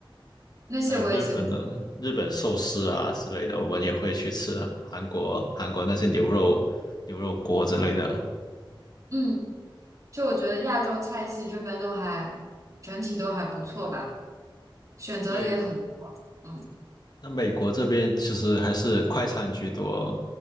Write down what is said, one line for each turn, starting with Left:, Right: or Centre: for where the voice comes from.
Right: 那些我也喜欢。
Left: 还有日本的日本寿司啊之类的，我们也会去吃啊韩国韩国那些牛肉牛肉锅之类的。
Right: 嗯，就我觉得亚洲菜系这边都还整体都还不错吧，选择也很多。
Left: 对，
Right: 嗯
Left: 那美国这边其实还是快餐居多，